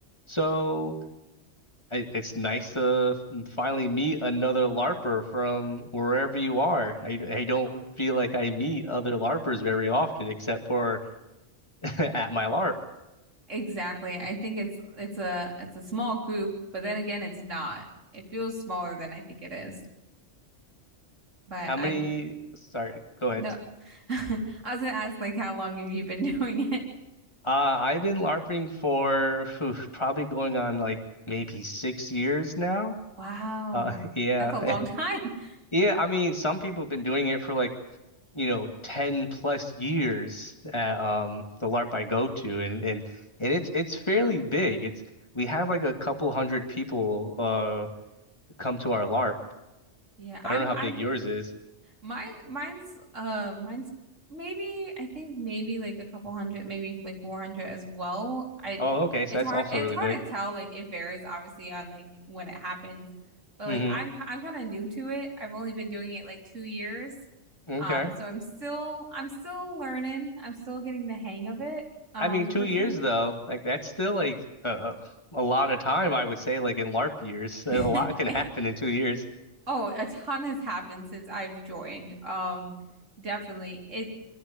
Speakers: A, on the left; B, on the right.
A: So I, it's nice to finally meet another LARPer from wherever you are. I, I don't feel like I meet other LARPers very often, except for <laughs> at my LARP.
B: Exactly. I think it's it's a it's a small group, but then again, it's not. It feels smaller than I think it is. But
A: How
B: I'm
A: many? Sorry, go ahead.
B: no. <laughs> I was gonna ask like how long have you been <laughs> doing it?
A: Uh, I've been LARPing for phew, probably going on like maybe six years now.
B: Wow.
A: Uh, <laughs> yeah,
B: That's a long time.
A: <laughs>
B: <laughs>
A: yeah. I mean, some people have been doing it for like you know 10 plus years at um the LARP I go to and and and it's it's fairly big. It's we have like a couple hundred people uh come to our LARP.
B: Yeah,
A: I
B: I'm
A: don't know how
B: I'm
A: big yours is.
B: Mine, mine's uh, mine's maybe I think maybe like a couple hundred, maybe like 400 as well. I
A: Oh, okay, so
B: it's
A: that's
B: hard
A: also
B: it's
A: really
B: hard
A: big.
B: to tell like it varies obviously on like when it happens. But like
A: hmm
B: I'm ki- I'm kind of new to it. I've only been doing it like two years.
A: Okay.
B: Um, so I'm still I'm still learning. I'm still getting the hang of it, um,
A: I mean, two
B: personally.
A: years though, like that's still like a a lot
B: Yeah.
A: of time, I would say, like in LARP years. <laughs> A
B: <laughs>
A: lot can happen in two years.
B: Oh, a ton has happened since I've joined. Um, definitely. It